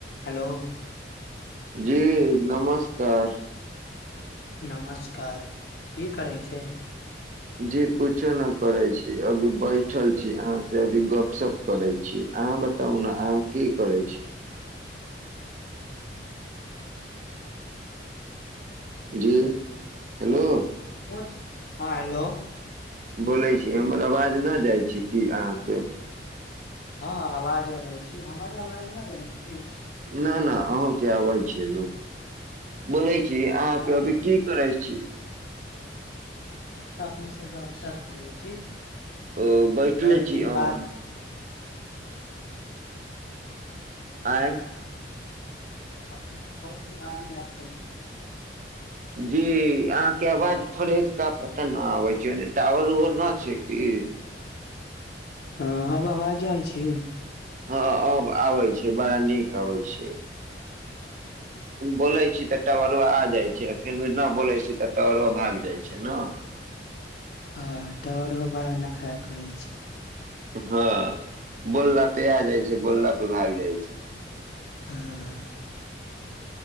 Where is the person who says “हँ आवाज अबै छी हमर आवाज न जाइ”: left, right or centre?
Left